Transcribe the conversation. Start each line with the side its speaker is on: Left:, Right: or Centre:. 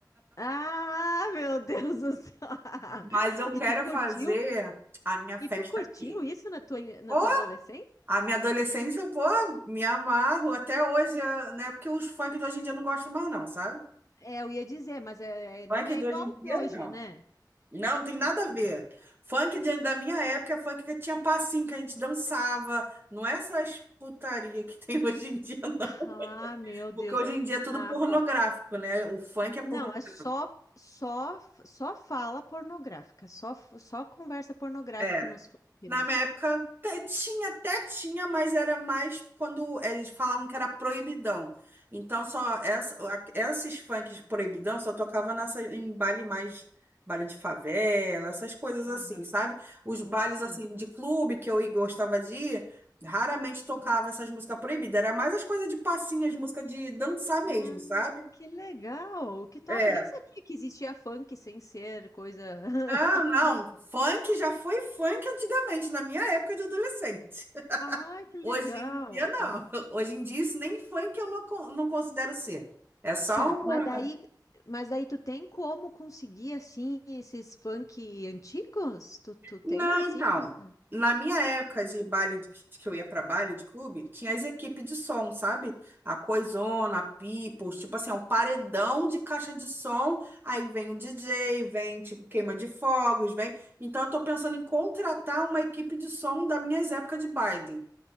Left: Ah, meu Deus do céu. <laughs>
Right: Mas eu quero
Left: E tu curtiu?
Right: fazer a minha
Left: E
Right: festa
Left: tu curtiu
Right: aqui.
Left: isso na tua, na
Right: Ô,
Left: tua adolescência?
Right: a minha adolescência, pô, me amarro até hoje, eh, né? Porque os funk de hoje em dia eu não gosto mais, não, sabe?
Left: É, eu ia dizer, mas é,
Right: Funk
Left: não é
Right: de
Left: igual
Right: hoje em dia,
Left: de hoje,
Right: não.
Left: né?
Right: Não, não tem nada
Left: Ah, tá
Right: a
Left: bom.
Right: ver. Funk de, da minha época é funk que tinha passinho, que a gente dançava. Não é essas putaria que tem <laughs> hoje em dia, não.
Left: Ah, meu Deus.
Right: Porque hoje em dia é tudo
Left: Ah,
Right: pornográfico,
Left: bom.
Right: né? O funk é pornográfico.
Left: Não, é só só só fala pornográfica, só só conversa pornográfica
Right: é
Left: nos funk,
Right: Na
Left: né?
Right: minha época até tinha, até tinha, mas era mais quando eh, eles falavam que era proibidão. Então só essa, a- esses funks proibidão só tocava nessa, em baile mais baile de favela, essas coisas
Left: Aham.
Right: assim, sabe? Os bailes
Left: Sim.
Right: assim de clube que eu i- gostava de ir, raramente tocava
Left: Uhum.
Right: essas músicas proibidas. Era mais as coisas de passinhas, música de dançar
Left: Ah,
Right: mesmo, sabe?
Left: que legal! Que top!
Right: É.
Left: Nem sabia que existia funk sem ser coisa. <laughs>
Right: Não, não. Funk já foi funk antigamente, na minha época de adolescente.
Left: Ai, que legal!
Right: Hoje em dia, não. <laughs> Hoje em dia, isso nem funk eu não, con- não considero ser. É só
Left: Tá,
Right: um.
Left: mas daí, mas daí tu tem como conseguir assim esses funk antigos? Tu, tu tem
Right: Não, então.
Left: assim? essa-
Right: Na minha época de baile, de- que eu ia pra baile de clube, tinha as equipes de som, sabe? A Coisona, a People, tipo assim, é um paredão de caixa de som. Aí vem o DJ, vem, tipo, queima de fogos, vem. Então, eu tô pensando em contratar uma equipe de som das minhas épocas de baile,